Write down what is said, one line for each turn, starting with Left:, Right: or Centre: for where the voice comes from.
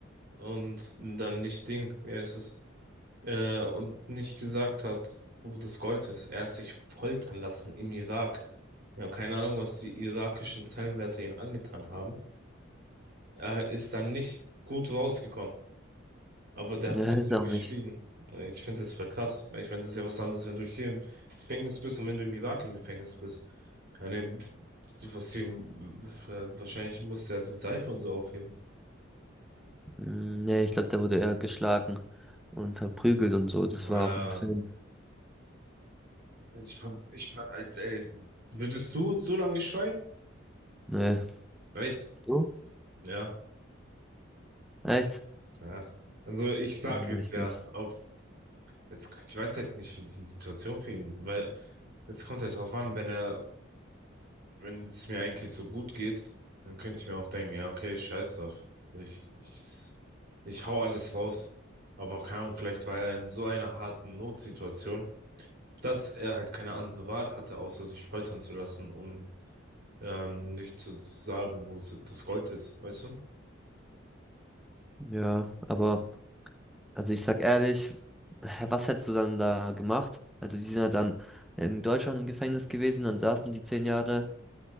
Right: und dann nicht Ding, ja, es äh, und nicht gesagt hat, wo das Gold ist. Er hat sich foltern lassen im Irak. Ja, keine Ahnung, was die irakischen Zellenwärter ihm angetan haben. Er ist dann nicht gut rausgekommen, aber der
Centre: Ja,
Right: hat trotzdem
Centre: ist auch
Right: geschwiegen.
Centre: nicht.
Right: Ich finde das voll krass. weil Ich meine, das ist ja was anderes, wenn du hier im Gefängnis bist und wenn du im Irak im Gefängnis bist. Eine, was hier, wahrscheinlich muss ja die Seife und so aufheben.
Centre: Mm, Nee, ich glaube, der wurde eher geschlagen und verprügelt und so. Das
Right: Ja,
Centre: war auch im Film.
Right: also ich fand, ich fand, halt, ey, würdest du so lange schweigen?
Centre: Nee.
Right: Echt?
Centre: Du?
Right: Ja.
Centre: Echt?
Right: Ja. Also ich sag
Centre: Ja,
Right: jetzt
Centre: richtig.
Right: ja, ob jetzt, ich weiß halt nicht, wie die Situation für ihn, weil es kommt halt drauf an, wenn er, wenn es mir eigentlich so gut geht, dann könnte ich mir auch denken, ja, okay, scheiß drauf. Ich, ich, ich hau alles raus. Aber keine Ahnung, vielleicht war er in so einer harten Notsituation, dass er halt keine andere Wahl hatte, außer sich foltern zu lassen, um ähm, nicht zu sagen, wo es- das Gold ist, weißt du?
Centre: Ja, aber, also ich sag ehrlich, hä, was hättest du dann da gemacht? Also die sind ja dann in Deutschland im Gefängnis gewesen, dann saßen die zehn Jahre.